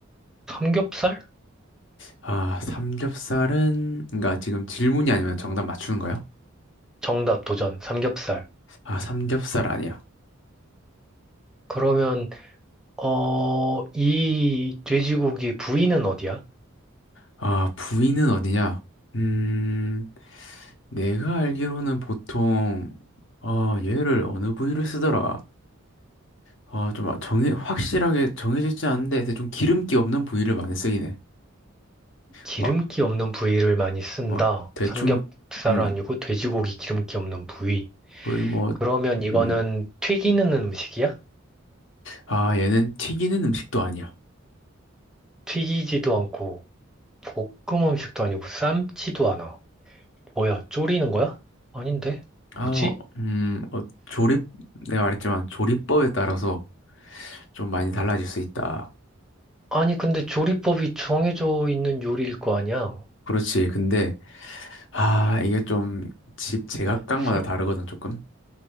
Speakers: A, in the centre; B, on the left (about 60°).
A: 삼겹살?
B: 아, 삼겹살은, 그러니까 지금 질문이 아니면 정답 맞추는 거야?
A: 정답 도전, 삼겹살.
B: 아, 삼겹살 아니야.
A: 그러면, 어, 이 돼지고기 부위는 어디야?
B: 아, 부위는 어디냐? 음, 내가 알기로는 보통, 어, 얘를 어느 부위를 쓰더라? 어, 좀 정해, 확실하게 정해져 있지 않은데, 대충 기름기 없는 부위를 많이 쓰긴 해.
A: 기름기
B: 뭐,
A: 없는 부위를 많이 쓴다.
B: 뭐, 대충,
A: 삼겹살
B: 음,
A: 아니고 돼지고기 기름기 없는 부위.
B: 거의 뭐,
A: 그러면 이거는
B: 음,
A: 튀기는 음식이야?
B: 아, 얘는 튀기는 음식도 아니야.
A: 튀기지도 않고 볶음 음식도 아니고 삶지도 않아. 뭐야, 졸이는 거야? 아닌데?
B: 아,
A: 뭐지?
B: 어, 음, 어, 조립, 내가 말했지만 조리법에 따라서 좀 많이 달라질 수 있다.
A: 아니, 근데 조리법이 정해져 있는 요리일 거 아니야?
B: 그렇지. 근데, 아, 이게 좀 집 제각각마다
A: 설,
B: 다르거든, 조금.